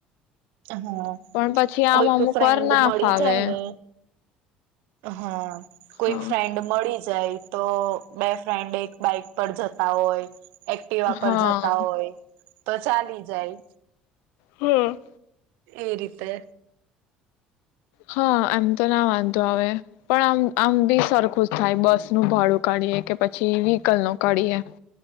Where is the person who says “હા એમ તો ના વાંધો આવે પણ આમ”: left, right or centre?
Left